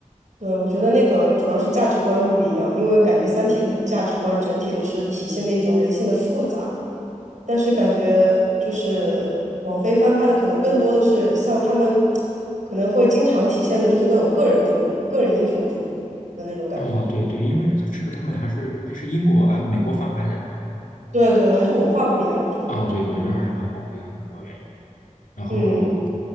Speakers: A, on the right; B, on the left.
A: 对，我觉得那个主要是价值观不一样，因为感觉《三体》的价值观整体的是体现的一种人性的复杂，但是感觉就是网飞翻拍的可能更多的是像他们可能会经常体现的就是那种个人主义、个人英雄主义的那种感觉。
B: 哦，对对，因为是不是他们还是这是英国哎美国翻拍的
A: 对对，还是文化不一样，我觉得。
B: 啊，对，我觉得还是文化不一样的主要原因。然后，
A: 嗯